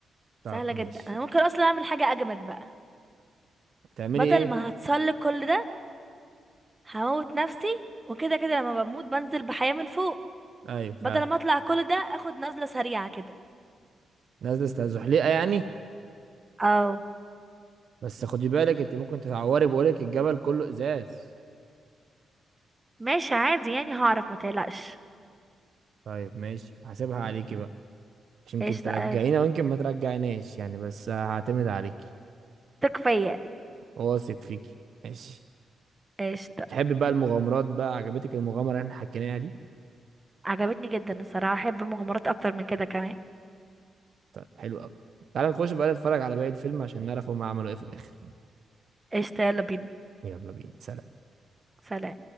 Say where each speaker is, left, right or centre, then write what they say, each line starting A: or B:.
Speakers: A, on the right (about 65°); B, on the right (about 20°).
A: طب
B: سهلة جدا
A: ماشي
B: انا ممكن اصلا اعمل حاجة اجمد بقى
A: هتعملي
B: بدل
A: ايه
B: ما هتسلق كل ده هموت نفسي وكده كده لما بموت بنزل بحياة من فوق
A: ايوه فعلا
B: بدل ما اطلع كل ده اخد نزلة سريعة كده
A: نازلة استزحليقة يعني
B: اه
A: بس خدي بالك انت ممكن تتعوري بقولك الجبل كله ازاز
B: ماشي عادي يعني هعرف ما تقلقش
A: طيب ماشي هسيبها عليكي بقى مش يمكن
B: قشطة
A: ترجعينا
B: اوي
A: ويمكن ما ترجعيناش يعني بس هعتمد عليكي
B: ثق فيا
A: واثق فيكي ماشي
B: قشطة
A: تحبي بقى المغامرات بقى عجبتك المغامرة اللي احنا حكيناها دي
B: عجبتني جدا الصراحة احب مغامرات اكتر من كده كمان
A: طيب حلو قوي تعالى نخش بقى نتفرج على باقي الفيلم عشان نعرف هم عملوا ايه في الاخر
B: قشطة يلا بينا
A: يلا بينا سلام
B: سلام